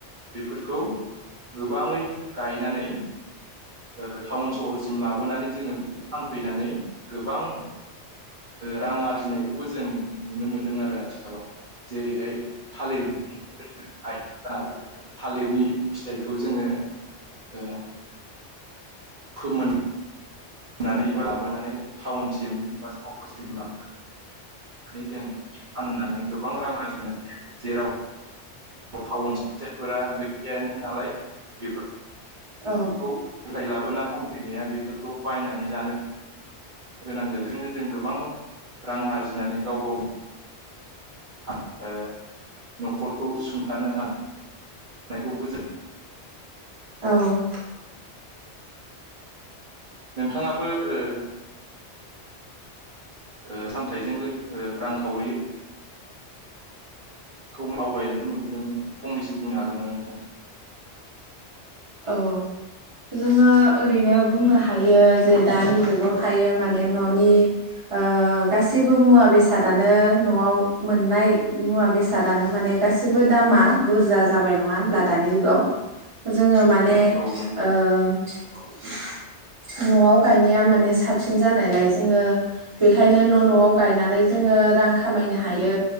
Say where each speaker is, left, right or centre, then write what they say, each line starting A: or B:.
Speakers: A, on the right (about 45°); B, on the right (about 30°).
A: बेफोरखौ गोबाङै। गायनानै ओ टाउन सहरसिम लाबोनानै जोङो फैनानै गोबां ओ रां आरजिनायखौबो जों नुनो मोनदों आरो आथिखालाव। जेरैहाय थालिर जोङो गायोब्ला थालिरनि फिथाइखौ जोङो ओ फोमोन नानै बा लाबोनानै टाउनसिम बा साव्रिसिम लांनानै जों फाननानै गोबां रां आरजिनो हायो जेराव थाउन सहरफोरा गैखायानो नालाय बेफोर
B: औ
A: खौ फोथाय लाबोना फानफैनाया बेफोरखौ बायनानै जानो गोनां जायो बेजोंनो जों गोब गोबां रां आरजिनानै गाव गाव थाब ओ <inaudible> न'खरखौ सुंथानो हानाय नायखौबो जों
B: औ
A: <inaudible> नोंथाङाबो ओ ओ सामथायाइजों लो ओ रांखावरि खौ आवगायनायखौ नुबोदों फंनैसो बुंनो हागोन नामा नोंथां?
B: औ जोङो ओरैनो बुंनो हायो
A: औ
B: जे दानि- नोबो हायो माने न'नि ओ गासैबो मुवा
A: औ
B: बेसादानो न'आव मोननाय मुवा बेसादानो माने गासिबो दामा बुरजा जाबाय नङा होन ब्ला दानि जुगाव
A: औ
B: ज जोङो माने
A: औ नंगौ
B: ओ। न'आव गायनाया माने साबसिन जानायलाय जोङो बेखायनो न' न'आव गायनानै जोङो रां खामायनो हायो।